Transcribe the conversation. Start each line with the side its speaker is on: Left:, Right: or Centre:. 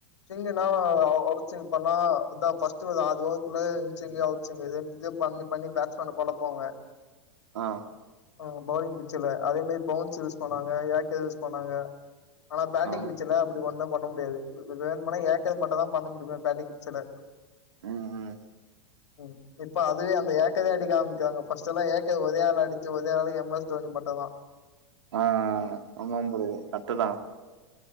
Left: சிங்குனா அவ சிங் பண்லா இத ஃபஸ்ட்டு அதுவுக்குள்ளயே சிங் சிங் இது ரெண்டுத்தியு பண்ணி பண்ணி பேட்ஸ்மேன கொலப்பு வாங்க
Right: ஆ
Left: ஆ பவ்லிங் பிச்சுல அதே மாரி பவுன்ஸ் யூஸ் பண்ணாங்க ஏக்கர் யூஸ் பண்ணாங்க அனா பேட்டிங்
Right: ஆ
Left: பிச்சு லாபு ஒண்ணு பண்ண முடியாது இது வேணுமானா ஏக்கர் மட்டுதா பண்ண முடியு பேட்டிங் பிச்சல
Right: ம் ம்
Left: ம் இப்ப அதுவே அந்த ஏக்கரே அடி காமிக்றாங்க ஃபஸ்ட்டல்லா ஏக்க ஒரே ஆள அடிச்ச ஒரே ஆள் எம் எஸ் தோனி மட்டுதா
Right: ஆ ஆமா ப்ரோ கர்ட்டு தா